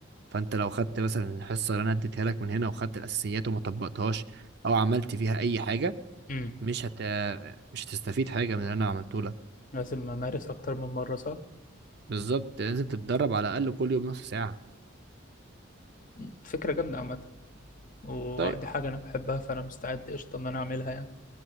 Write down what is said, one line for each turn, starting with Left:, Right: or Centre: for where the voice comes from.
Right: فانت لو خدت مثلا الحصة اللي انا اديتها لك من هنا وخدت الاساسيات وما طبقتهاش او عملت فيها اي حاجة
Left: امم
Right: مش هت مش هتستفيد حاجة من اللي انا عملته لك
Left: لازم امارس اكتر من مره صح
Right: بالظبط لازم تتدرب على الاقل كل يوم نص ساعة
Left: مم، فكره جامده عامه ودي
Right: طيب
Left: حاجه انا بحبها فانا مستعد قشطه ان انا اعملها يعني